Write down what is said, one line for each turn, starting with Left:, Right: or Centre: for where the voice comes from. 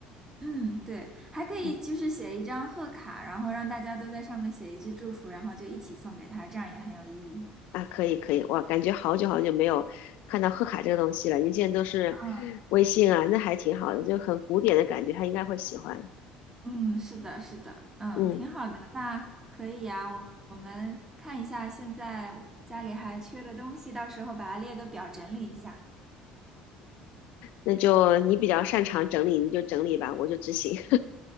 Right: 嗯，对，还可以就是写一张贺卡，
Left: 嗯
Right: 然后让大家都在上面写一句祝福，然后就一起送给他，这样也很有意义。
Left: 啊，可以可以，哇，感觉好久好久没有看到贺卡这个东西了。您现在都是微信啊，
Right: 嗯
Left: 那还挺好的，就很古典的感觉，他应该会喜欢。
Right: 嗯，是的，是的，嗯，
Left: 嗯，
Right: 挺好的。那可以啊，我我们看一下现在我家里还缺的东西，到时候把它列个表整理一下。
Left: 那就你比较擅长整理，你就整理吧，我就执行。